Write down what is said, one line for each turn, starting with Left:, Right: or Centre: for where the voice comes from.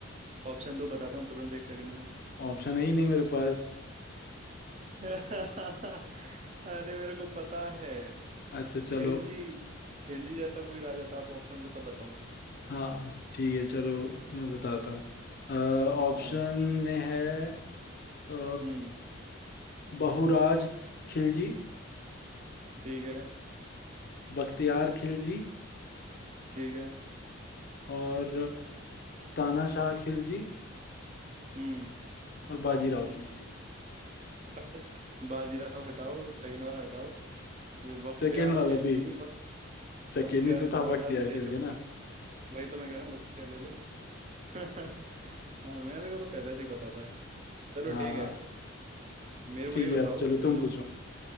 Right: ऑप्शन दो बताता हूँ तुरंत एक सेकंड में
Left: ऑप्शन है ही नहीं मेरे पास
Right: <laughs> अरे मेरे को पता है
Left: अच्छा चलो
Right: खिलजी खिलजी जैसा कोई राजा था आप ऑप्शन दो तब बताऊंगा
Left: हाँ ठीक है चलो मैं बताता हूँ ऑप्शन
Right: हाँ
Left: में है अ,
Right: हम्म
Left: बहुराज खिलजी
Right: ठीक है
Left: बख्तियार खिलजी
Right: ठीक है
Left: और तानाशाह खिलजी
Right: हम्म
Left: और बाजीराव खिलजी
Right: हट बाजीराव हटाओ सेकंड वाला हटाओ ये बख्तियार
Left: सेकेंड वाला
Right: खिलजी
Left: भी
Right: और
Left: सेकेंड
Right: बख्तियार
Left: ही तो था
Right: वाला
Left: बख्तियार
Right: ले
Left: खिलजी
Right: लो
Left: ना
Right: वही तो मैं कह रहा हूँ बख्तियार ले लो <laughs> हाँ मेरे को तो पहले से ही पता था चलो
Left: हाँ
Right: ठीक है मेरे को
Left: ठीक
Right: ये बताओ
Left: है अब चलो तुम
Right: जो
Left: पूछो